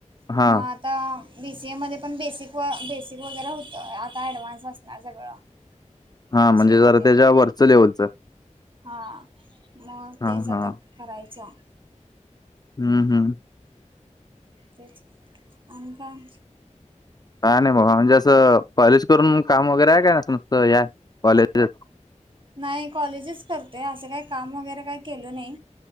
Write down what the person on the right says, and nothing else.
म
आ आता बी सी ए मध्ये पण बेसिक व बेसिक वगैरे होतं, आता ॲडव्हान्स असणारं सगळं.
एम
सी ए मध्ये
हा, मग
तेच
आता करायचा
तेच, आणि काय?
नाय कॉलेजच करतोय असं काय काम वगैरे काय केलो नाय,